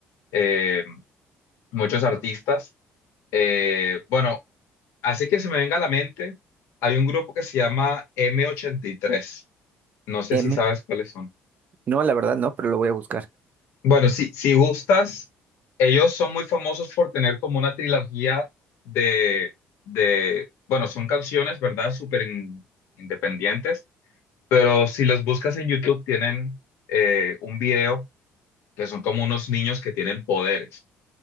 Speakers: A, on the left; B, on the right.
A: eh, muchos artistas. Eh, bueno, así que se me venga a la mente, hay un grupo que se llama m ochenta y tres No sé
B: M.
A: si sabes cuáles son.
B: No, la verdad no, pero lo voy a buscar.
A: Bueno, si si gustas, ellos son muy famosos por tener como una trilogía de, de, bueno, son canciones, ¿verdad? Súper in- independientes Pero si los buscas en YouTube, tienen eh, un video que son como unos niños que tienen poderes